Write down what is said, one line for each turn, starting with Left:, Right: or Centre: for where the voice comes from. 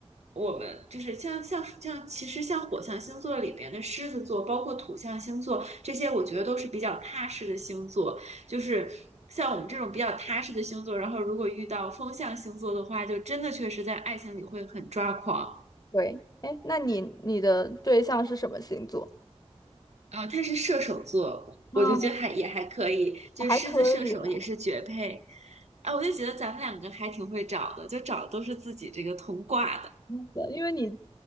Right: 我们就是像像像，其实像火象星座里边的狮子座，包括土象星座这些，我觉得都是比较踏实的星座。就是像我们这种比较踏实的星座，然后如果遇到风象星座的话，就真的确实在爱情里会很抓狂。
Left: 对，哎，那你你的对象是什么星座？
Right: 啊、他是射手座，
Left: 啊，
Right: 我就觉得还也还可以，就是狮子射手也是绝配。
Left: 还可以了。
Right: 啊，我就觉得咱们两个还挺会找的，就找的都是自己这个同挂的。
Left: 嗯因为你